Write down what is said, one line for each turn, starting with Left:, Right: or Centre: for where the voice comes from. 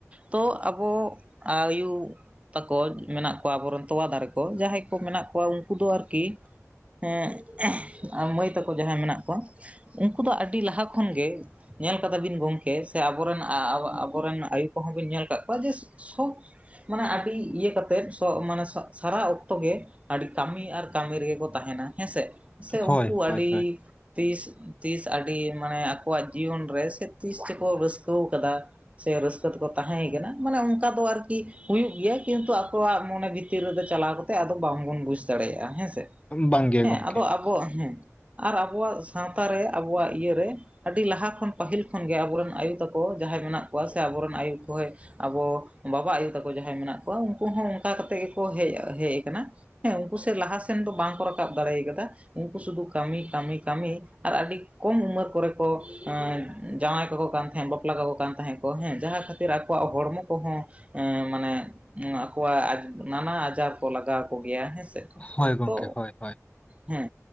Right: ᱛᱚ ᱟᱵᱚ ᱟᱭᱩ ᱛᱟᱠᱚ ᱢᱮᱱᱟᱜ ᱠᱚᱣᱟ ᱟᱵᱚᱨᱮᱱ ᱛᱚᱣᱟ ᱫᱟᱨᱮ ᱠᱚ ᱡᱟᱦᱟᱸᱭ ᱠᱚ ᱢᱮᱱᱟᱜ ᱠᱚᱣᱟ ᱩᱝ ᱠᱩ ᱫᱚ ᱟᱨᱠᱤ ᱦᱮᱸ ᱟ ᱢᱟᱹᱭ ᱛᱟᱠᱚ ᱡᱟᱦᱟᱸᱭ ᱢᱮᱱᱟᱜ ᱠᱚᱣᱟ, ᱩᱝᱠᱩ ᱫᱚ ᱟᱹᱰᱤ ᱞᱟᱦᱟ ᱠᱷᱚᱱᱜᱮ ᱧᱮᱞ ᱠᱟᱫᱟ ᱵᱤᱱ ᱜᱚᱝᱠᱮ ᱥᱮ ᱟᱵᱚᱨᱮᱱ ᱟ ᱟᱵᱚᱨᱮᱱ ᱟᱭᱩ ᱠᱚᱦᱚᱸ ᱵᱤᱱ ᱧᱮᱞ ᱠᱟᱜ ᱠᱚᱣᱟ ᱡᱮ ᱥᱚ ᱢᱟᱱᱮ ᱟᱹᱰᱤ ᱤᱭᱟᱹ ᱠᱟᱛᱮᱫ ᱥᱚᱜ ᱢᱟᱱᱮ ᱥᱟ ᱥᱟᱨᱟ ᱚᱠᱛᱚ ᱜᱮ ᱟᱹᱰᱤ ᱠᱟᱹᱢᱤ ᱟᱨ ᱠᱟᱹᱢᱤ ᱨᱮᱜᱮ ᱠᱚ ᱛᱟᱸᱦᱮᱱᱟ ᱦᱮᱸ ᱥᱮ᱾ ᱥᱮ
Left: ᱦᱳᱭ
Right: ᱩᱝᱠᱩ ᱟᱹᱰᱤ
Left: ᱦᱳᱭ ᱦᱳᱭ
Right: ᱛᱤᱥ ᱛᱤᱥ ᱟᱹᱰᱤ ᱢᱟᱱᱮ ᱟᱠᱚᱣᱟᱜ ᱡᱤᱭᱚᱱ ᱨᱮ ᱥᱮ ᱛᱤᱥ ᱪᱚᱠᱚ ᱨᱟᱹᱥᱠᱟᱹᱣ ᱠᱟᱫᱟ᱾ ᱥᱮ ᱨᱟᱹᱥᱠᱟᱹ ᱛᱮᱠᱚ ᱛᱟᱦᱮᱸᱭ ᱠᱟᱱᱟ᱾ ᱢᱟᱱᱮ ᱚᱱᱠᱟ ᱫᱚ ᱟᱨᱠᱤ ᱦᱩᱭᱩᱜ ᱜᱮᱭᱟ ᱠᱤᱱᱛᱩ ᱟᱠᱚᱣᱟᱜ ᱢᱚᱱᱮ ᱵᱷᱤᱛᱤᱨ ᱨᱮᱫᱚ ᱪᱟᱞᱟᱣ ᱠᱟᱛᱮᱜ ᱟᱫᱚ ᱵᱟᱝᱵᱚᱱ ᱵᱩᱡ ᱫᱟᱲᱮᱭᱟᱜ-ᱟ ᱦᱮᱸ ᱥᱮ᱾
Left: ᱵᱟᱝᱜᱮ
Right: ᱦᱮᱸ
Left: ᱜᱚᱝᱠᱮ
Right: ᱟᱫᱚ ᱟᱵᱚ ᱦᱮᱸ ᱟᱨ ᱟᱵᱚᱣᱟᱜ ᱥᱟᱶᱛᱟ ᱨᱮ, ᱟᱵᱚᱣᱟᱜ ᱤᱭᱟᱹᱨᱮ ᱟᱹᱰᱤ ᱞᱟᱦᱟ ᱠᱷᱚᱱ ᱯᱟᱹᱦᱤᱞ ᱠᱷᱚᱱᱜᱮ ᱟᱵᱚᱨᱮᱱ ᱟᱭᱳ ᱛᱟᱠᱚ ᱡᱟᱦᱟᱸᱭ ᱢᱮᱱᱟᱜ ᱠᱚᱣᱟ᱾ ᱥᱮ ᱟᱵᱚᱨᱮᱱ ᱟᱭᱳ ᱠᱚ ᱦᱳᱭ ᱟᱵᱚ ᱵᱟᱵᱟ ᱟᱭᱳ ᱛᱟᱠᱚ ᱡᱟᱦᱟᱸᱭ ᱢᱮᱱᱟᱜ ᱠᱚᱣᱟ ᱩᱝᱠᱩ ᱦᱚᱸ ᱚᱝᱠᱟ ᱠᱟᱛᱮᱜ ᱜᱮᱠᱚ ᱦᱮᱜ ᱦᱮᱜ ᱠᱟᱱᱟ᱾ ᱦᱮᱸ ᱩᱝᱠᱩ ᱥᱮ ᱞᱟᱦᱟ ᱥᱮᱱ ᱫᱚ ᱵᱟᱝᱠᱚ ᱨᱟᱠᱟᱵ ᱫᱟᱲᱮᱭ ᱠᱟᱫᱟ᱾ ᱩᱝᱠᱩ ᱥᱩᱫᱩ ᱠᱟᱹᱢᱤ ᱠᱟᱹᱢᱤ ᱠᱟᱹᱢᱤ᱾ ᱟᱨ ᱟᱹᱰᱤ ᱠᱚᱢ ᱩᱢᱮᱹᱨ ᱠᱚᱨᱮ ᱠᱚ ᱮᱸᱻ ᱡᱟᱶᱟᱭ ᱠᱟᱠᱚ ᱠᱟᱱ ᱛᱟᱦᱮᱸᱜ, ᱵᱟᱯᱞᱟ ᱠᱟᱠᱚ ᱠᱟᱱ ᱛᱟᱦᱮᱸᱜ ᱠᱚ ᱦᱮᱸ᱾ ᱡᱟᱦᱟᱸ ᱠᱷᱟᱹᱛᱤᱨ ᱟᱠᱚᱣᱟᱜ ᱦᱚᱲᱢᱚ ᱠᱚᱦᱚᱸ ᱮᱸᱻ ᱢᱟᱱᱮ ᱟᱠᱚᱣᱟᱜ ᱱᱟᱱᱟ ᱟᱡᱟᱨ ᱠᱚ ᱞᱟᱜᱟᱣ ᱠᱚ ᱜᱮᱭᱟ ᱦᱮᱸ ᱥᱮ᱾
Left: ᱦᱳᱭ ᱜᱚᱝᱠᱮ
Right: ᱛᱚ
Left: ᱦᱳᱭ ᱦᱳᱭ
Right: ᱦᱩᱸ᱾